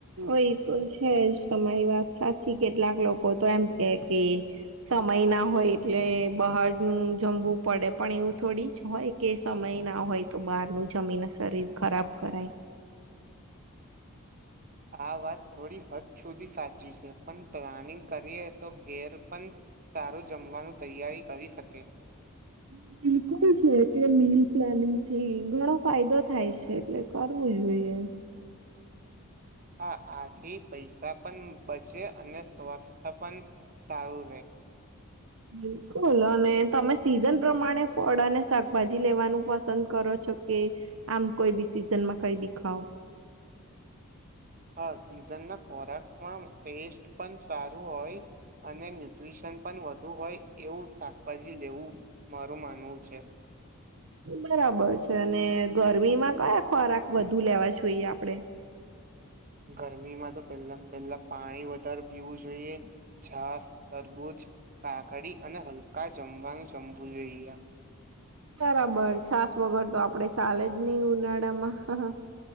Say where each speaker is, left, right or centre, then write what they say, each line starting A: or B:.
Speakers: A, on the right (about 65°); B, on the right (about 40°).
A: એ એ તો છે તમાય વાત સાચી કેટલાક લોકો તો એમ કે કે સમય ના હોય એટલે બહારનુંું જમવું પડે પણ એવું થોડી જ હોય કે સમય ના હોય તો બહાર નું જમીન શરીર ખરાબ કરાય
B: આ વાત થોડી હદ સુધી સાચી છે પણ પ્લાનિંગ કરીએ તો ઘેર પણ સારું જમવાનું તૈયારી કરી શકે
A: હમ બિલકુલ છે કે મીલ પ્લાનિંગ થી ઘણો ફાયદો થાય છે એટલે કરવું જોઈએ <inaudible>
B: હા આથી પૈસા પણ બચે અને સ્વસ્થ પણ સારું રહે
A: બિલકુલ અને તમે સીઝન પ્રમાણે ફળ અને શાકભાજી લેવાનું પસંદ કરો છો કે આમ કોઈ બી સીઝનમાં કઈ બી ખાવ
B: હા સીઝન ના ખોરાકમાં ટેસ્ટ પણ સારું હોય અને ન્યુટ્રીશન પણ વધુ હોય એવું શાકભાજી લેવું મારું માનવું છે
A: બરાબર છે અને ગરમીમાં કયા ખોરાક વધુ લેવા જોઈએ આપડે <inaudible>
B: ગરમીમાં તો પેલા પેલા પાણી વધારે પીવું જોઈએ છાસ તરબુંજ કાકડી અને હલકા જમવાનું જમવું જોઈએ
A: બરાબર છાસ વગર તો આપડે ચાલે જ નહી ઉનાળામાં